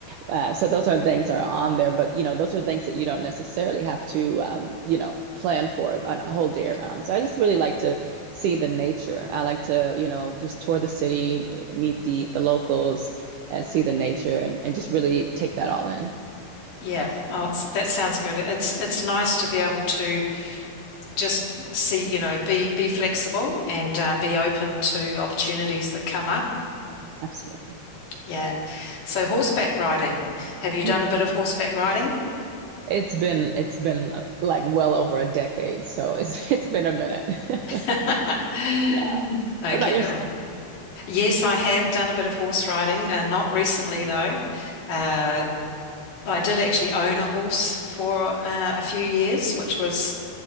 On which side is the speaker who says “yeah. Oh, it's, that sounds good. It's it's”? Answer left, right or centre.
Left